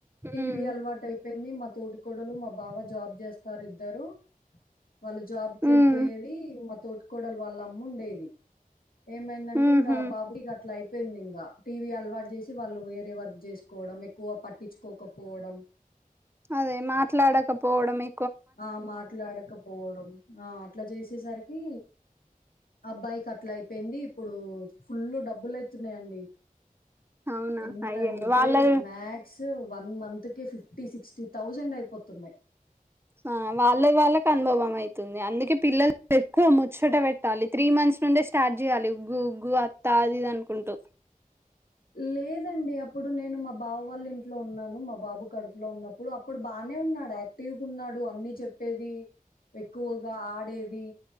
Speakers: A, on the left; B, on the right.
A: టీవీ
B: ఉమ్
A: అల్వాటయిపోయింది మా తోటి కోడలు మా బావ జాబ్ చేస్తారు ఇద్దరు వాళ్ళు జాబ్ కేళ్ళిపోయేది
B: ఉమ్
A: మా తోటి కోడలు వాళ్ళ అమ్ముండేది ఏమైందంటే
B: ఉహు
A: ఇంగ అ బాబుకి అట్లా అయి పెందింగ టీవీ అలవాట్ చేసి వాళ్ళు వేరే వర్క్ చేసుకోవడం ఎక్కువ పట్టించ్ కోకపోవడం
B: అదే మాట్లాడకపోవడమే
A: ఆ మాట్లాడకపోవడం ఆ అట్లా చేసేసరికి అబ్బాయికి అట్లా అయిపోయింది ఇప్పుడు ఫుల్లు డబ్బులు అయితున్నాయండి
B: అవునా
A: ఎన్నంటే
B: అయ్యయ్యో వాళ్ళ
A: మ్యాక్స్ వన్ మంత్క్ కే ఫిఫ్టీ సిక్స్టీ థౌజండ్ అయిపోతున్నాయ్
B: ఆ వాళ్ళ వాళ్ళక్ అనుభవం అయితుంది అందుకే పిల్లలు ఎక్కువ ముచ్చట పెట్టాలి త్రీ మంత్స్ ను నుండే స్టార్ట్ చేయాలి ఉగ్గు ఉగ్గు అత్తా అది ఇది అనుకుంటూ
A: లేదండి అప్పుడు నేను మా బావ వాళ్ళ ఇంట్లో ఉన్నాను మా బాబు కడుపులో ఉన్నప్పుడు అప్పుడు బానే నే ఉన్నాడ్ యాక్టివ్ ఉన్నాడు అన్ని చెప్ పేది ఎక్కువగా ఆడేది